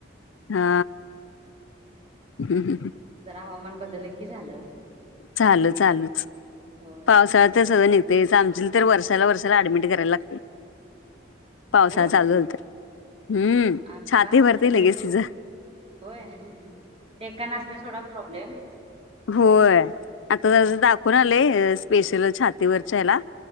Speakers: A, on the left; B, on the right.
A: हा हम् हम
B: जरा हवामान बदलंल की झालं.
A: चाल चालूच
B: होय
A: पावसाळ्यात तसचं आणि तेच आमचीला तर वर्षाला वर्षाला ऍडमिट करायला लागतंय पावसाळा
B: होय
A: चालू झालं तर हम्म
B: आता
A: छाती भरतंय
B: म्हणजे
A: लगेच
B: सम
A: तीज
B: होय एका ना असतोय सोडा प्रॉब्लेम
A: होय आता जरासं दाखवून अं आलोय स्पेशल छातीवरच्या ह्याला